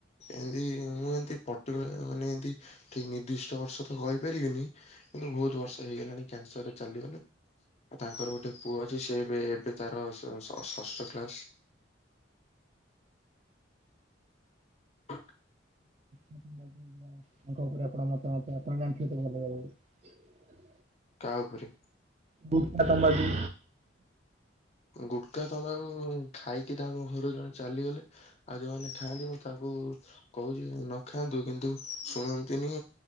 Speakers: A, on the left; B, on the right.
A: ଏମିତି ମୁଁ ଏମିତି ପଟିକୁଲର୍ ମାନେ ଏମିତି ଠିକ ନିର୍ଦ୍ଦିଷ୍ଟ ବର୍ଷ ତ କହିପାରିବିନି କିନ୍ତୁ ବହୁତ ବର୍ଷ ହେଇଗଲାଣି କ୍ୟାନସରରେ ଚାଲିଗଲେ। ଆଉ ତାଙ୍କର ଗୋଟେ ପୁଅ ଅଛି ସେ ଏବେ ଏବେ ତାର ଷଷ୍ଠ କ୍ଲାସ। ?
B: ତାଙ୍କ ଉପରେ ପ୍ରମଶନ ଆପଣ ଜାଣିଥିବେ ତ ଭଲଭାବେରେ?
A: କାହା ଉପରେ?
B: ଗୁଟକାଟା ତମାଗୁ
A: ଗୁଟୁକା ତମାକୁ ଖାଇକି ତାଙ୍କ ଘରୁ ଜଣେ ଚାଲିଗଲେ। ଆଉ ଯୋଉମାନେ ଖାଆନ୍ତି ମୁଁ ତାଙ୍କୁ କହୁଛି ନଖାଆନ୍ତୁ କିନ୍ତୁ ଶୁଣନ୍ତିନି।